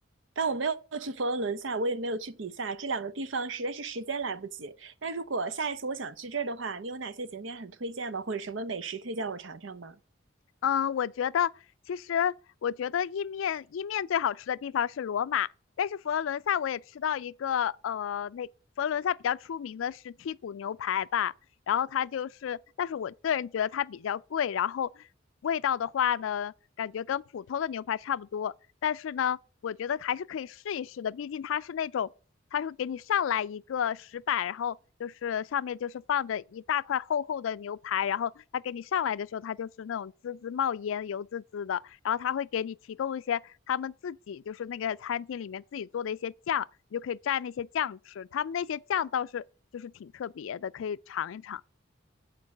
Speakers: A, on the right (about 70°); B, on the left (about 80°).
A: 但我没有去佛罗伦萨，我也没有去比萨，这两个地方实在是时间来不及。那如果下一次我想去这儿的话，你有哪些景点很推荐吗？或者什么美食推荐我尝尝吗？
B: 嗯，我觉得其实我觉得意面意面最好吃的地方是罗马，但是佛罗伦萨我也吃到一个呃，那佛罗伦萨比较出名的是剔骨牛排吧，然后它就是，但是我个人觉得它比较贵，然后味道的话呢，感觉跟普通的牛排差不多，但是呢，我觉得还是可以试一试的，毕竟它是那种他会给你上来一个石板，然后就是上面就是放着一大块厚厚的牛排，然后他给你上来的时候，他就是那种滋滋冒烟、油滋滋的，然后他会给你提供一些他们自己就是那个餐厅里面自己做的一些酱，你就可以蘸那些酱吃。他们那些酱倒是就是挺特别的，可以尝一尝。